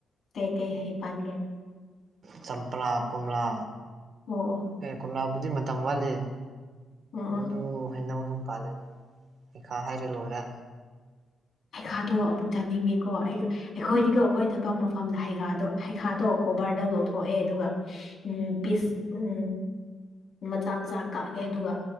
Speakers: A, on the left; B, on the right.
A: ꯀꯩ ꯀꯩ ꯍꯩ ꯄꯥꯟꯒꯦ
B: ꯆꯝꯄ꯭ꯔꯥ ꯀꯣꯃꯥ
A: ꯑꯣ ꯑꯣ
B: ꯑꯦ ꯀꯣꯝꯂꯥꯕꯨꯗꯤ ꯃꯇꯝ ꯋꯥꯠꯂꯤ
A: ꯑꯣ ꯑꯣ
B: ꯑꯗꯨ ꯍꯥꯏꯅꯕ ꯁꯨꯝ ꯄꯥꯜꯂꯦꯗꯝ ꯀꯩꯀꯥ ꯍꯥꯏꯔ ꯂꯣꯏꯔ
A: ꯄꯩꯈꯥꯗꯣ ꯑꯃꯨꯛ ꯆꯥꯅꯤꯡꯉꯦꯀꯣ ꯑꯩ ꯑꯩꯈꯣꯏꯗꯤꯒ ꯑꯩꯈꯣꯏ ꯊꯕꯛ ꯃꯐꯝꯗ ꯍꯩꯒꯥꯥꯗꯣ ꯍꯩꯈꯥꯗꯣ ꯀꯣꯕꯔꯗ ꯂꯧꯊꯣꯛꯑꯦ ꯑꯗꯨꯒ ꯎꯝ ꯄꯤꯁ ꯎꯝ ꯃꯆꯥ ꯃꯆꯥ ꯀꯛꯑꯦ ꯑꯗꯨꯒ